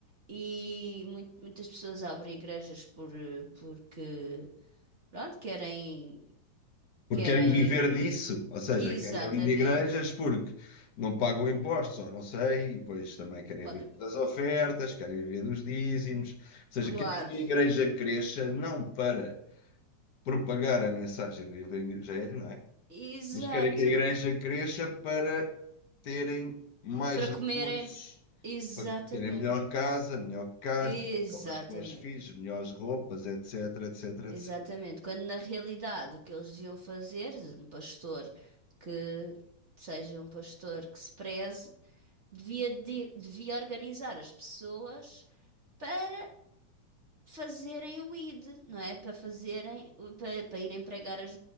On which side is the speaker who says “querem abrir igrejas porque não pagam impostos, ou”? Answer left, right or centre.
Left